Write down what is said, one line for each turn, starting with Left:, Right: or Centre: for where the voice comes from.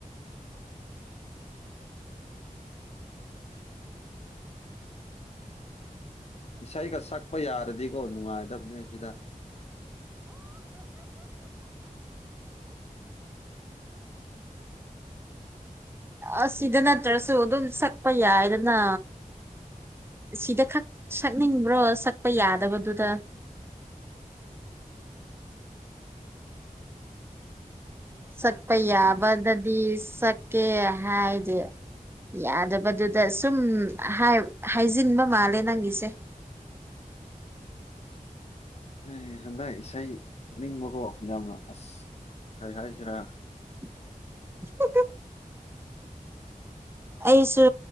Left: ꯏꯁꯩꯒ ꯁꯛꯄ ꯌꯥꯔꯗꯤꯀꯣ ꯅꯨꯡꯉꯥꯢꯗꯕꯅꯦ ꯁꯤꯗ
Right: ꯑꯁ ꯁꯤꯗ ꯅꯠꯇ꯭ꯔꯁꯨ ꯑꯗꯨꯝ ꯁꯛꯄ ꯌꯥꯢꯗꯅ ꯁꯤꯗ ꯈꯛ ꯁꯛꯅꯤꯡꯕ꯭ꯔꯣ ꯁꯛꯄ ꯌꯥꯗꯕꯗꯨꯗ ꯁꯛꯄ
Left: ꯎꯝ
Right: ꯌꯥꯕꯗꯗꯤ ꯁꯛꯀꯦ ꯍꯥꯢꯗꯦ ꯌꯥꯗꯕꯗꯨꯗ ꯁꯨꯝ ꯍꯥꯢ ꯍꯥꯢꯖꯤꯟꯕ ꯃꯥꯜꯂꯦ ꯅꯪꯒꯤꯁꯦ
Left: ꯑꯦ ꯍꯟꯗꯛ ꯏꯁꯩ ꯊꯛꯅꯤꯡꯕꯀꯣ ꯌꯥꯝꯅ ꯑꯁ ꯑꯩ ꯍꯥꯢꯁꯤꯔꯥ
Right: ꯍꯨꯝ ꯍꯨꯝ ꯑꯩꯁꯨ